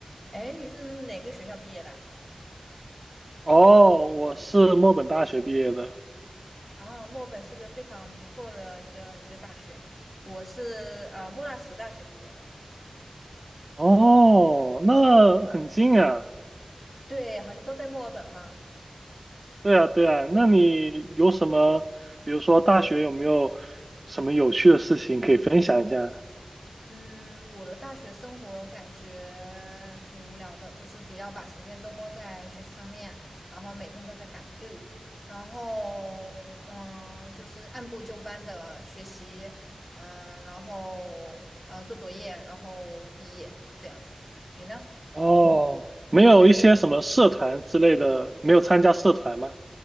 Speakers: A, on the left; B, on the right.
A: 哎，你是哪个学校毕业的？
B: 哦，我是墨本大学毕业的。
A: 啊，墨尔本是个非常不错的一个一个大学，我是呃莫纳什大学毕业的。
B: 哦，那很近啊。
A: 对，好像都在墨尔本哈。
B: 对啊，对啊。那你有什么，比如说大学有没有什么有趣的事情可以分享一下？
A: 嗯，我的大学生活感觉挺无聊的，就是主要把时间都花在学习上面，然后每天都在赶 due，然后嗯，就是按部就班的学习，嗯，然后呃做作业，然后毕业这样子。你呢？
B: 哦，没有一些什么社团之类的，没有参加社团吗？